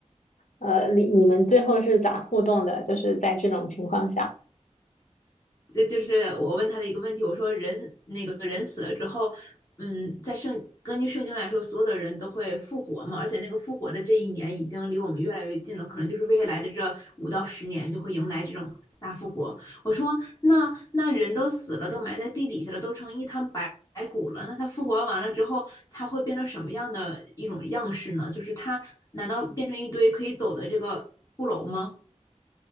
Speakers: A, on the left; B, on the left.
A: 呃，你你们最后是咋互动的？就是在这种情况下，
B: 就就是我问他的一个问题，我说人那个人死了之后，嗯，在圣根据圣经来说，所有的人都会复活嘛，而且那个复活的这一年已经离我们越来越近了，可能就是未来的这五到十年就会迎来这种大复活。我说那那人都死了，都埋在地底下了，都成一滩白。白骨了，那他复活完了之后，他会变成什么样的一种样式呢？就是他难道变成一堆可以走的这个骷髅吗？